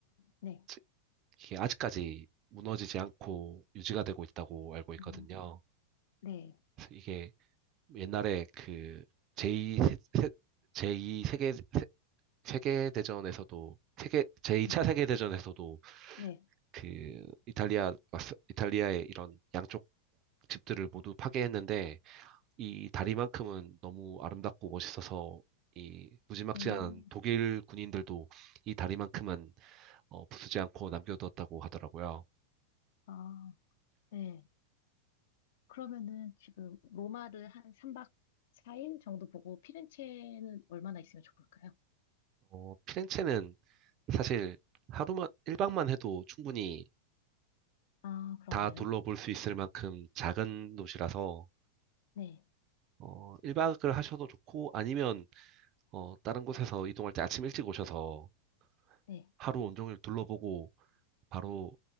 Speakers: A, on the left (about 55°); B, on the right (about 35°).
A: 네.
B: 지- 이게 아직까지 무너지지 않고 유지가 되고 있다고 알고 있거든요.
A: 음, 네.
B: 그래서 이게 옛날에 그 제2 제이 세계 세- 세계대전에서도 세계 제2차
A: 네.
B: 세계대전에서도
A: 네.
B: 그 이탈리아 마스- 이탈리아의 이런 양쪽 집들을 모두 파괴했는데 이 다리만큼은 너무 아름답고 멋있어서 이 무지막지한
A: 음,
B: 독일 군인들도 이 다리만큼은 어, 부수지 않고 남겨두었다고 하더라고요.
A: 아, 네. 그러면은 지금 로마를 한 3박 4일 정도 보고 피렌체는 얼마나 있으면 좋을까요?
B: 어, 피렌체는 사실 하루만, 1박만 해도 충분히
A: 아, 그런가요?
B: 다 둘러볼 수 있을 만큼 작은 도시라서,
A: 네.
B: 어, 1박을 하셔도 좋고, 아니면, 어, 다른 곳에서 이동할 때 아침 일찍 오셔서
A: 네.
B: 하루 온종일 둘러보고, 바로,